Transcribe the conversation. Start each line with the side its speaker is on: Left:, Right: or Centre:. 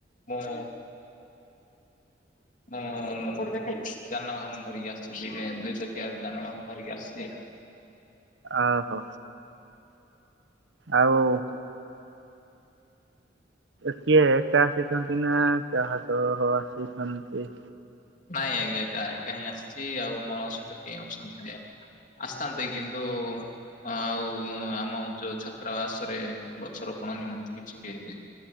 Left: ମୁଁ <unintelligible> ମୁଁ ଯାନବାହାନ ଧରିକି ଆସିଲି। ଏ ଦ ଦୁଇ ଚକିଆ ଯାନବାହାନ ଧରିକି ଆସଛି।
Right: ଓହୋ ଆଉ
Left: <unintelligible>
Right: କିଏ ଏକା ଆସିଛନ୍ତି ନା କାହା ସହ ଆସିଛନ୍ତି?
Left: ନାଇଁ ଆଜ୍ଞା ଏକା ଏକା ହିଁ ଆସିଛି ଆଉ ମୋର ସହିତ କେହି ଅଛନ୍ତି ଯେ ଆସିଥାନ୍ତି କିନ୍ତୁ ଆଉ ଆମ ଯୋଉ ଛାତ୍ରାବାସରେ ଗଛରୋପଣ ନିମନ୍ତେ କିଛି